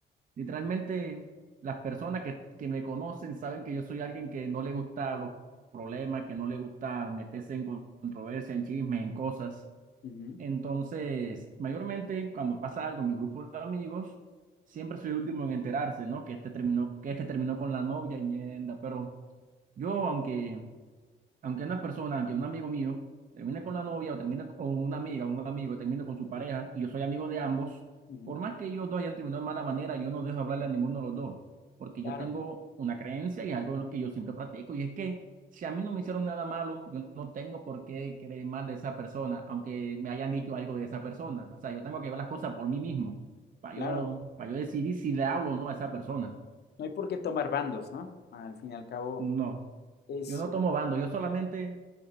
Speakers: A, on the right (about 40°); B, on the left (about 55°).
A: Literalmente, las personas que, que me conocen saben que yo soy alguien que no le gusta los problemas, que no le gusta meterse en con- controversia, en chismes, en cosas.
B: Ujú,
A: Entonces, mayormente cuando pasa algo en mi grupo de amigos, siempre soy el último en enterarse, ¿no? Que este terminó, que este terminó con la novia y mierda, pero yo, aunque aunque una persona, aunque un amigo mío termine con la novia o termine con una amiga o un amigo termine con su pareja y yo soy amigo de ambos,
B: ujú.
A: por más que ellos dos hayan terminado de mala manera, yo no dejo hablarle a ninguno de los dos, porque
B: Claro,
A: yo tengo una creencia y algo en lo que yo siempre practico, y es que si a mí no me hicieron nada malo, yo no tengo por qué creer mal de esa persona, aunque me hayan dicho algo de esa persona. O sea, yo tengo que ver las cosas por mí mismo, para
B: claro.
A: yo, para yo decidir si le hablo o no a esa persona.
B: No hay por qué tomar bandos, ¿no? Al fin y al cabo,
A: No,
B: Es,
A: yo no tomo bando, yo solamente